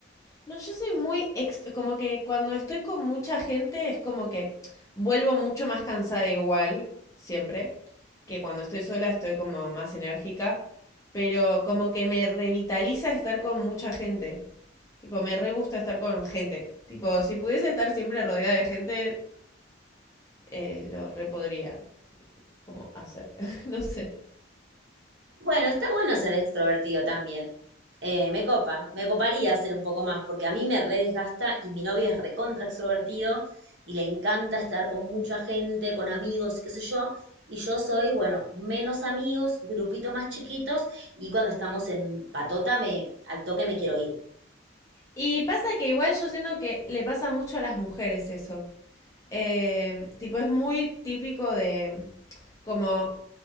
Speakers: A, on the left; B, on the right.
A: No, yo soy muy ext- como que cuando estoy con mucha gente es como que vuelvo mucho más cansada igual, siempre, que cuando estoy sola estoy como más enérgica, pero como que me revitaliza estar con mucha gente. Tipo, me re gusta estar con gente. Tipo, si pudiese estar siempre rodeada de gente, eh, lo re podría como hacer. <laughs> No sé.
B: Bueno, está bueno ser extrovertido también. Eh, me copa, me coparía ser un poco más, porque a mí me re desgasta y mi novio es recontra extrovertido y le encanta estar con mucha gente, con amigos y qué sé yo. Y yo soy, bueno, menos amigos, grupitos más chiquitos y cuando estamos en patota me, al toque me quiero ir.
A: Y pasa que igual yo siento que le pasa mucho a las mujeres eso. Eh, tipo, es muy típico de como